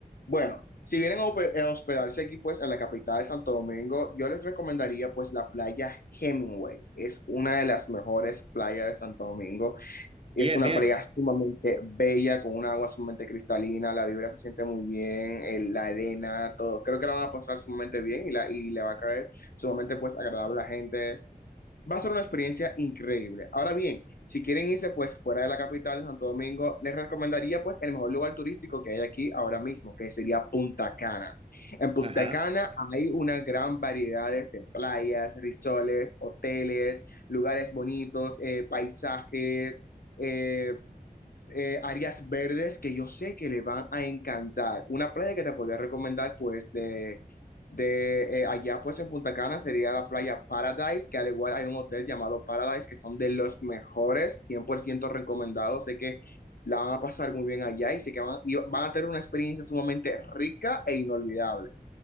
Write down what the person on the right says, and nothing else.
Bien,
bien.
Ajá.